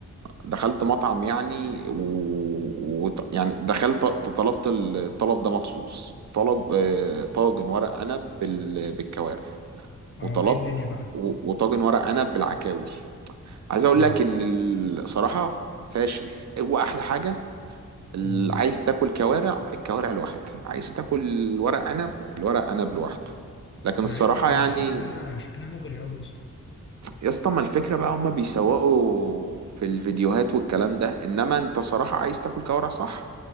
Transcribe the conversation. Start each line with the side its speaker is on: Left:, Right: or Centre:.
Right: دخلت مطعم يعني و... و... يعني دخلت طلبت الطلب ده مخصوص طلب آه، طاجن ورق عنب بال... بالكوارع
Left: اه
Right: وطلبت
Left: ايه الدنيا بقى
Right: و... وطاجن ورق عنب بالعكاوي عايز اقول
Left: اه
Right: لك ان الصراحه فاشل هو احلى حاجه اللي
Left: مم.
Right: عايز تاكل كوارع الكوارع لوحدها عايز تاكل ورق عنب الورق عنب لوحده لكن
Left: مع
Right: الصراحه
Left: ان كان
Right: يعني
Left: شكلها شكلها مغري قوي يا اسطى
Right: يا اسطى ما الفكرة بقى هما بيسوقوا في الفيديوهات والكلام ده انما انت صراحة عايز تاكل كوارع صح